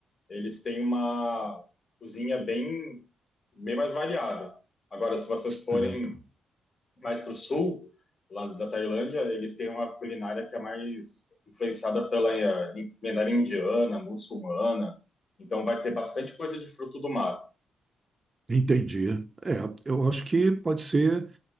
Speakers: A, on the left; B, on the right.
A: eles têm uma cozinha bem, bem mais variada. Agora, se vocês
B: Certo.
A: forem mais para o sul, lá da Tailândia, eles têm uma culinária que é mais influenciada pela eh, culinária indiana, muçulmana. Então, vai ter bastante coisa de fruto do mar.
B: Entendi. É, eu acho que pode ser